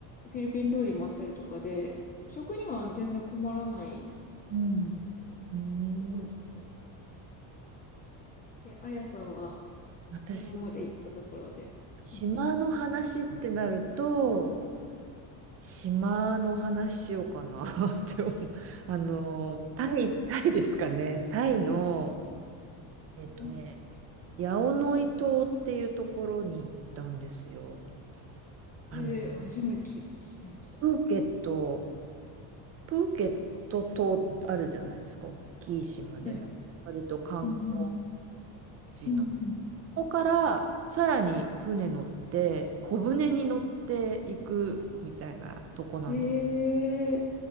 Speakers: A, on the left; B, on the right.
A: フィリピン料理もあったりとかで、食には全然困らない
B: うん。うーん。
A: ところでした。え、あやさんは
B: 私、
A: 今まで行ったところで。
B: 島の話ってなると、
A: うん
B: 島の話しようかな <laughs> って思う。あの、タイ、タイですかね。タイの、えっとね、
A: うん
B: ヤオノイ島っていうところに行ったんですよ。あの、
A: えー初めて聞きました。
B: プーケットプーケット島あるじゃないですか、大きい島で、
A: はい。
B: な割と観光
A: うんうん
B: 地の、
A: うんうん。
B: ここからさらに船乗って、小船に乗っていくみたいなとこなんです
A: ええ